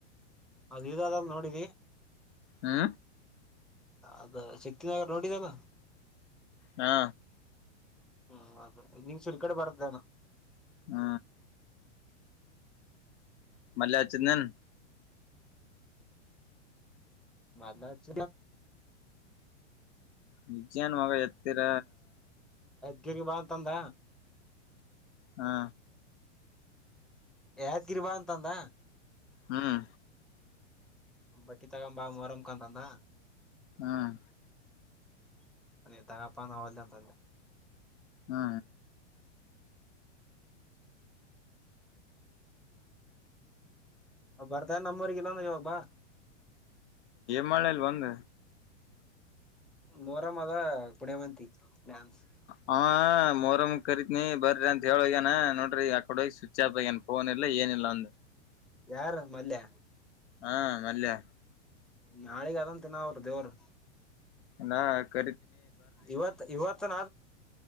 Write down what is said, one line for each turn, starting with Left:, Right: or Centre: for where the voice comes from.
Centre: ಅದ ಇ ನೋಡಿ
Left: ಹಾ
Centre: ಅದ ಶಕ್ತಿನಗರ್ ನೋಡಿದದ
Left: ಹಾ
Centre: ಹ್ಮ ಅ ನಿಂಗ ಸುರಿ ಕಡೆ ಬರದೇನಾ
Left: ಹ್ಮ ಮಲ್ಲೆ ಅಚಂದನ್
Centre: ಮದ ಚ
Left: ವಿಜ್ಯಾನ ಮಗ ಎತ್ತರ
Centre: ಗಿರಿ ಬಂತಂದ
Left: ಹಾ
Centre: ಯಾದ್ಗಿರಿ ಬಾ ಅಂತಂದ
Left: ಹ್ಮ್
Centre: ಬಟ್ಟಿ ತಗಂಬಾ ಮರಮ ಕಂತಂದ
Left: ಹ್ಮ್
Centre: ಅ ತಗಪ್ಪಾನ ಹಲ್ಲ ಅಂತಂದೆ
Left: ಹಾ
Centre: ಬರ್ತಾರ ನಮ್ಮೂರಿಗಲ್ಲೊಂದ ಇಾವಾಗ ಬಾ
Left: ಮಲೆಯಲ್ಲಿ ಬಂದ
Centre: ಮೋರಮ್ಮ ಅದ ಪುಣ್ಯವಂತಿ ಡ್ಯಾನ್ಸ್
Left: ಹಾ ಮೋರಮ್ ಕರೀತ್ನಿ ಬರ್ರಿ ಅಂತ ಹೇಳಗ್ಯನ ನೋಡ್ರಿ ಆಕಡೋಗ ಸ್ವಿಚ್ ಆಪ್ ಆಗ್ಯನ್ ಫೋನ್ ಇಲ್ಲ ಏ ಲ್ಲ ಅಂತ
Centre: ಯಾರು ಮಲ್ಯ
Left: ಹಾ ಮಲ್ಯ
Centre: ನಾಳಿಗೆ ಅದಂತಂತ ನ ಅವರು ದೇವರು
Left: ನಾ ಕ
Centre: ಇವತ್ ಇವತ್ತನ